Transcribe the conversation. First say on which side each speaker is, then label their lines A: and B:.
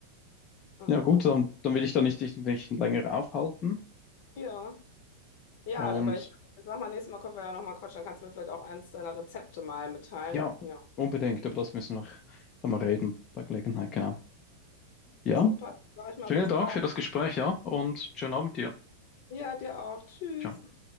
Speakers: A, on the left; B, on the left.
A: Also
B: Ja gut,
A: das,
B: dann, dann will ich da nicht, dich nicht länger aufhalten.
A: ja. Ja,
B: Und
A: aber ich, ich mach mal nächstes Mal, können wir ja nochmal quatschen, dann kannst du mir vielleicht auch eins deiner Rezepte mal mitteilen.
B: ja,
A: Ja.
B: unbedingt, aber das müssen wir noch einmal reden bei Gelegenheit, genau. Ja,
A: Super, sag ich mal,
B: vielen
A: bis
B: Dank
A: bald.
B: für das Gespräch, ja, und schönen Abend dir.
A: Ja, dir auch. Tschüss.
B: Ciao.